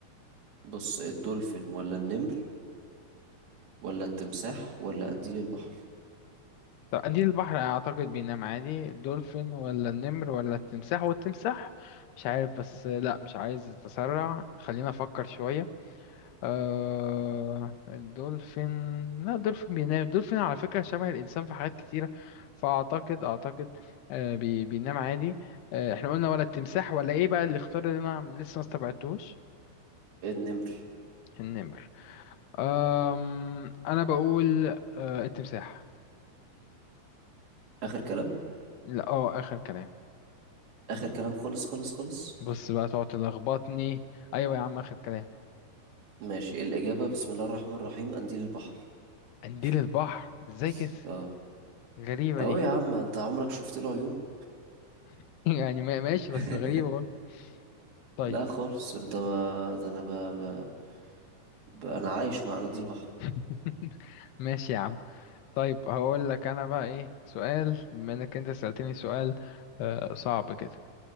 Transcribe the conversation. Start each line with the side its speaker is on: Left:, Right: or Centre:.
Right: بص الدولفين ولا النمر ولا التمساح ولا قنديل البحر
Left: طب قليل البحر اعتقد بينام عادي الدولفين ولا النمر ولا التمساح والتمساح مش عارف بس لا مش عايز اتسرع خلينا افكر شوية أه الدولفين لا الدولفين بينام الدولفين على فكرة شبه الانسان في حاجات كتيرة فاعتقد اعتقد أه بي... بينام عادي أه احنا قلنا ولا التمساح ولا ايه بقى الاختيار اللي انا لسه ما استبعدتهوش
Right: النمر
Left: النمر أم... انا بقول أه التمساح
Right: اخر كلام
Left: لا اه اخر كلام
Right: اخر كلام خالص خالص خالص
Left: بص بقى تقعد تلخبطني ايوه يا عم اخر كلام
Right: ماشي إيه الإجابة بسم الله الرحمن الرحيم قنديل البحر
Left: قنديل
Right: <laughs>
Left: البحر ازاي كده
Right: اه
Left: غريبه
Right: اهو
Left: دي
Right: يا عم انت عمرك شفت له عيون
Left: <laughs> يعني ما- ماشي
Right: <laughs>
Left: بس غريبه برضه طيب
Right: لا خالص انت ما ده انا ب... ب... ب... انا عايش مع قناديل البحر
Left: <laughs> ماشي يا عم طيب هقول لك انا بقى ايه سؤال بما انك انت سألتني سؤال آه صعب كده